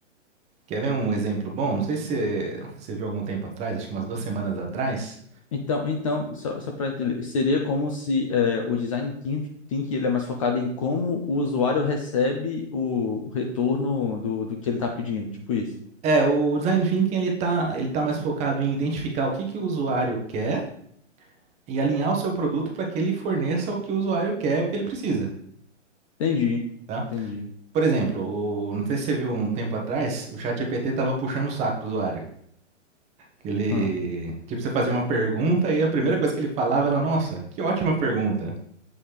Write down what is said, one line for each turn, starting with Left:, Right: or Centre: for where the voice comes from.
Right: Quer ver um exemplo bom? Não sei se você, você viu algum tempo atrás, acho que umas duas semanas atrás.
Left: Então, então, só, só para entender, seria como se é, o design thin- thinking ele é mais focado em como o usuário recebe o, o retorno do, do que ele está pedindo, tipo isso.
Right: É, o design thinking ele tá, ele tá mais focado em identificar o que que o usuário quer e alinhar o seu produto para que ele forneça o que o usuário quer, o que ele precisa,
Left: Entendi,
Right: tá?
Left: entendi.
Right: Por exemplo, o- não sei se você viu um tempo atrás, o ChatGPT estava puxando o saco do usuário. Que ele,
Left: Ah,
Right: tipo, você fazia uma pergunta e a primeira coisa que ele falava era, nossa, que ótima pergunta.